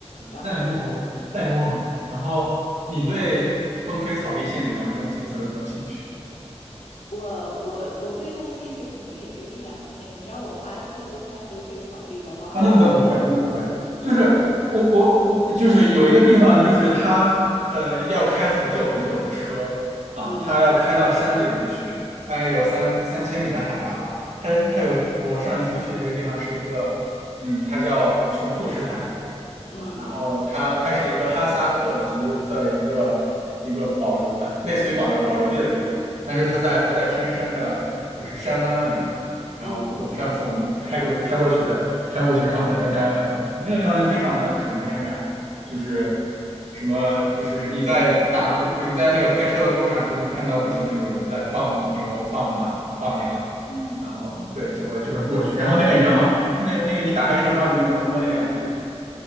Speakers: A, on the left; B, on the right.
A: 然后呢？
B: 赛里木湖》《赛里木湖》很好。然后你对风吹草低见牛这种景色有没有兴趣？
A: 我我我对他的兴趣可能也就一两天，你让我八天都看风吹草低的话，
B: 啊，
A: 我感觉
B: 那那不会，那不会。就是我我我，
A: 呃
B: 就是有一个地方，就是它呃要开很久很久的车啊，
A: 嗯
B: 它要开到山里面去，大概有三三千米的海拔吧。它它有我上一次去的一个地方是一个，嗯，它叫琼库什台。
A: 嗯
B: 啊，然后它它是一个哈萨克族的一个一个保留啊，类似于保留保留地的地方，但是它在它在天山的，就是山湾湾里面。然后我我上次我们开过开过去的，
A: 嗯
B: 开过去，然后在那儿待了两三天，那个地方就非常的纯天然，就是什么就是你在大马路，就是你在那个开车的路上就能看到不停的有人在放牛、放马、放羊，
A: 啊
B: 然后对就会就会过去，然后那个羊，那个那个你打开车窗你就能摸那个羊屁股。